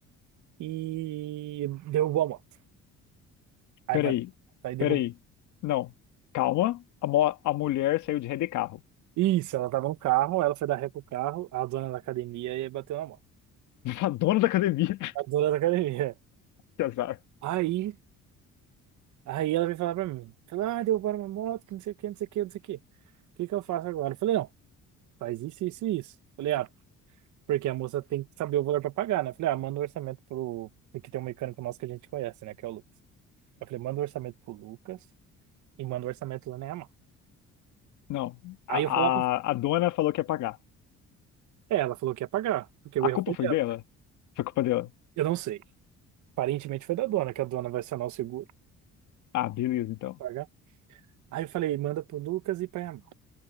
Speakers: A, on the right; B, on the left.
A: e derrubou a moto. Aí
B: Peraí.
A: bateu, aí derrubou.
B: Peraí. Não. Calma. A, mo- a mulher saiu de ré de carro.
A: Isso, ela tava no carro, ela foi dar ré pro carro, a dona da academia e bateu na moto.
B: A dona da academia, <laughs>
A: A dona da academia.
B: que azar.
A: Aí Aí ela veio falar pra mim. Falou, ah, derrubaram uma moto, que não sei o que, não sei o que, não sei o que. O que que eu faço agora? Eu falei, não, faz isso, isso e isso. Falei, ah, porque a moça tem que saber o valor pra pagar, né? Falei, ah, manda o orçamento pro... Porque tem um mecânico nosso que a gente conhece, né? Que é o Lucas. Eu falei, manda o orçamento pro Lucas e manda o orçamento lá na Yamaha.
B: Não, a,
A: Aí eu falava,
B: a, a dona falou que ia pagar.
A: é, ela falou que ia pagar, porque o
B: A
A: erro
B: culpa
A: foi
B: foi
A: dela.
B: dela? Foi culpa dela.
A: Eu não sei. Aparentemente foi da dona, que a dona vai acionar o seguro
B: Ah, beleza, então.
A: pra pagar. Aí eu falei, manda pro Lucas e pra Yamaha.